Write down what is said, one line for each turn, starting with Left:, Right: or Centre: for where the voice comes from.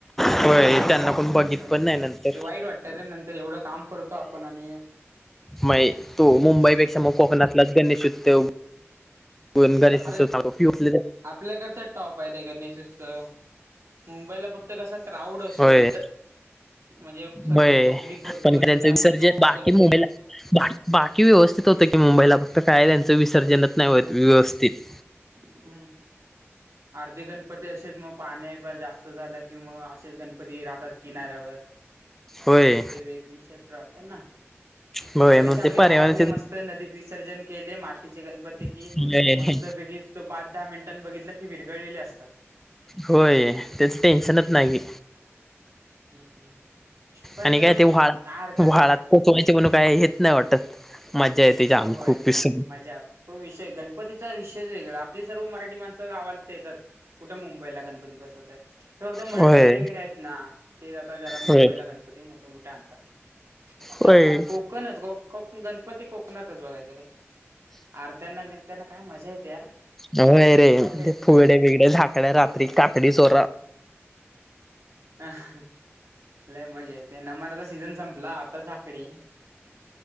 Centre: होय त्यांना कोण बघित
Right: गणपती
Centre: नाही
Right: पण
Centre: नंतर
Right: ते वाईट वाटत नंतर एवढं एढं काम करतो आपण आणि
Centre: म ये तो मुंबईपेक्षा
Right: होत
Centre: मग कोकणातलाच गणेश उत्तव कोण गणेश
Right: अरे
Centre: उत्सव दारू पिऊन
Right: आपल्याकडचा टॉप आहे र गणेश उत्सव मुंबईला बघ कसा क्राउड असतो
Centre: होय
Right: म्हणजे सर्वच
Centre: होय
Right: पब्लिक भरपूर
Centre: पण
Right: असतं त्यामुळे
Centre: विसर्जन
Right: तो
Centre: बाकी
Right: गणपती
Centre: मुंबई
Right: गण
Centre: ला बाकी व्यवस्थित होत कि मुंबईला फक्त काय त्यांचं विसर्जनच नाही
Right: हम्म
Centre: व्यवस्थित.
Right: हम्म अर्धे गणपती असेच मग पाण्या बर जास्त झालं कि मग असेच गणपती राहतात. किनाऱ्यावर
Centre: होय
Right: ते वेग विचारत वाटतात ना
Centre: होय
Right: त्या पेक्षा
Centre: मग
Right: आपले
Centre: ते पर्यावरणाच्या
Right: गावातले मस्त नदीत विसर्जन केले मातीचे गणपती कि
Centre: दृष्टीने
Right: मस्तपैकी तो पाच दहा मिनिटां बघितलं. विरगळलेले असतात.
Centre: होय त्याच टेन्शनच नाही की.
Right: हम्म हम्म पण
Centre: आणि काय ते व्हाळ
Right: काय हरकत
Centre: व्हााळात पचवायचे म्हणून काय हेच नाही वाटत मज्जा येते जाम
Right: हो होय
Centre: खूप विसरून
Right: माझ्या तो विषय गणपतीचा विषय च वेगळं आपली सर्व मराठी माणसं गावाात येतात कुठं मुंबईला गणपती बसवत हे फक्त मंडळ
Centre: होय
Right: वगैरे आहेत ना ते जात ज्याला मुंबईला
Centre: होय
Right: गणपती मोठे मोठे आणतात
Centre: होय
Right: आपला कोकणच ग गणपती कोकणातच बघायचं रे आरत्यांना बिनता्यांना काय मजा येते यार
Centre: य रे
Right: सॉलिड
Centre: ते फुगडे बिगडे झाधाकड रात्री काकडी चोरा
Right: ह लय मजा येत ते ना मनाचा सीझन संपला आता झाकडी